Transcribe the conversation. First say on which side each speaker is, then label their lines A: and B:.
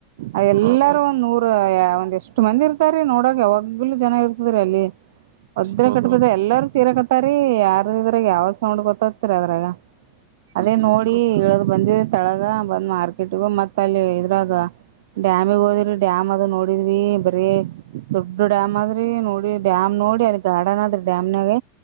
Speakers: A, on the right; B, on the right.
A: ಅವಲ್ಲಾರೂ
B: ಹೌದೌದು
A: ಒಂದ್ ನೂರು ಒಂದ್ ಅಷ್ಟ್ ಮಂದಿ ಇರ್ತಾರ್ರಿ ನೋಡಕ್ ಯಾವಾಗ್ಲೂ ಜನ ಇರ್ತದ್ರಿ ಅಲ್ಲಿ ಒದ್ರೆಕಟ್ಬದ್
B: ಹೌದೌದು
A: ಎಲ್ಲರೂ ಸೇರಕತ್ತ್ ಸರೀ ಯಾರುರ್ದುಗ ಯಾವ್ದ್ ಸೌಂಡ್ ಬತ್ತತ್ರೀ ಅದ್ರಾಗ
B: ಹ್ಮ್
A: ಅದೇ
B: ಹ್ಮ್
A: ನೋಡೀ
B: ಗೊತ್ತಾಗ
A: ಇಳದ್ ಬಂದಿವಿ ತಳಗ ಬಂದ್ ಮಾರ್ಕೆಟ್ಗೊಗಿ ಮತ್ ಅಲ್ಲಿ ಇದ್ರಾಗ ಡ್ಯಾಮ್ ಹೋಗಿವ್ರಿ ಡ್ಯಾಮ್ ಅದ ನೋಡಿದ್ವಿ ಬರೀ ದೊಡ್ಡ ಡ್ಯಾಮ್ ಆದ್ರಿ ನೋಡಿದ್ ಡ್ಯಾಮ್ ನೋಡಿ ಅಲ್ಲಿ ಗಾರ್ಡನ್ ಆದ್ರಿ ಡ್ಯಾಮ್ ನಾಗ